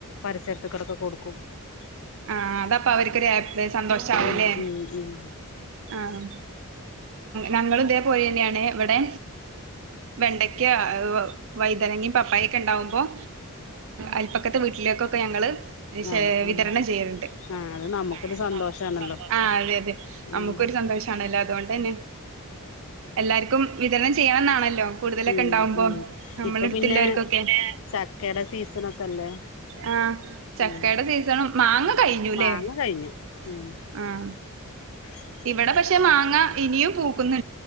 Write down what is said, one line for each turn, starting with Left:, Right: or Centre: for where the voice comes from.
Left: പരിസരത്തോടക്കൊക്കെ കൊടുക്കും <unintelligible>
Right: ആഹ അതപ്പൊ അവർക്കൊരു ഹാപ്പി സന്തോഷാവൂലേ....
Left: ഉം ഉം ഉം ഉം
Right: ആഹ്ഹ ഞങ്ങളും തേ പോലെ ന്ന്യാണ് വിടെ വെണ്ടയ്ക്ക വൈതനങ്ങും പപ്പായൊക്കെണ്ടാവുമ്പോൾ അൽപക്കത്തെ വീട്ടിലേക്കൊക്കെ ഞങ്ങള് <unintelligible>
Left: ആഹ്
Right: വിതരണം
Left: ആഹ്
Right: ചെയ്യറുണ്ട്
Left: ആഹ് അത് നമുക്കൊരു
Right: <inaudible>
Left: സന്തോഷാണല്ലോ
Right: ആ അതെ അതെ നമുക്കൊരു
Left: ഉം
Right: സന്തോഷാണല്ലോ അതുകൊണ്ട് തന്നെ എല്ലാർക്കും വിതരണം ചെയ്യണംന്നാണല്ലോ കൂടുതലൊക്കെ
Left: ഉം
Right: ഉണ്ടാവുമ്പോ
Left: ഉം
Right: നമ്മളെ
Left: ഇപ്പൊ
Right: എടുത്തുള്ളോർക്കൊക്കെ
Left: പിന്നെ
Right: <inaudible>
Left: ചക്കയുടെ സീസണൊക്കെ അല്ലേ
Right: ആ ചക്കയുടെ
Left: ഉം
Right: സീസൺ മാങ്ങ കഴിഞ്ഞുല്ലേ
Left: മാങ്ങ കഴിഞ്ഞു ഉം
Right: ആഹ....
Left: <unintelligible>
Right: ഇവിടെ പക്ഷെ മാങ്ങ ഇനിയും പൂക്കുന്നു